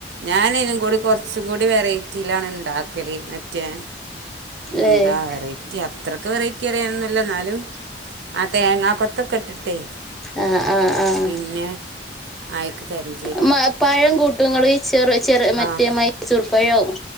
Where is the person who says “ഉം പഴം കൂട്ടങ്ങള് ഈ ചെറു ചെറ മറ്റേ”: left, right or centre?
Centre